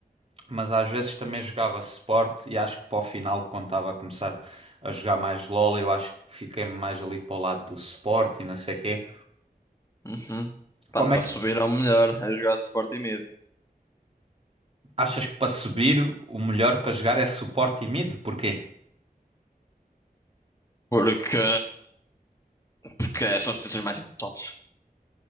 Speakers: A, on the right; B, on the left.
A: mas às vezes também jogava suporte e acho que para o final, quando estava a começar a jogar mais LOL, eu acho que fiquei mais ali para o lado do suporte e não sei o quê.
B: uhum. Pá,
A: Como
B: para
A: é que,
B: subir ao melhor é jogar Sporting Mid.
A: Achas que para subir o melhor para jogar é suporte e mid? Porquê?
B: Porque, porque são as posições mais importantes.